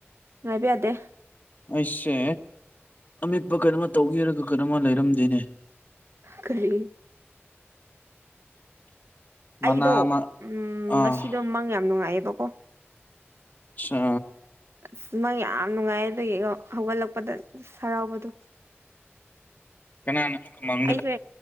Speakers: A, on the right; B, on the left.
A: ꯉꯥꯏꯕ ꯌꯥꯗꯦ
B: ꯑꯩꯁꯦ ꯑꯃꯦꯠꯄ ꯀꯩꯅꯣꯃ ꯇꯧꯒꯦ ꯍꯥꯏꯔꯒ ꯀꯩꯅꯣꯃ ꯂꯩꯔꯝꯗꯦꯅꯦ
A: ꯀꯔꯤ
B: ꯃꯅꯥ
A: ꯑꯩꯗꯣ
B: ꯑꯃ
A: ꯎꯝ
B: ꯑꯥ
A: ꯉꯁꯤꯗꯣ ꯃꯪ ꯌꯥꯝ ꯅꯨꯡꯉꯥꯏꯌꯦꯕꯀꯣ
B: ꯑꯠꯁꯥ
A: ꯑꯁ ꯃꯪ ꯌꯥꯝ ꯅꯨꯡꯉꯥꯏ ꯑꯗꯨꯒꯤꯀꯣ ꯍꯧꯒꯠꯂꯛꯄꯗ ꯍꯔꯥꯎꯕꯗꯣ
B: ꯀꯅꯥ ꯅꯃꯤꯡ ꯀꯨ ꯃꯪ
A: ꯑꯩꯁꯦ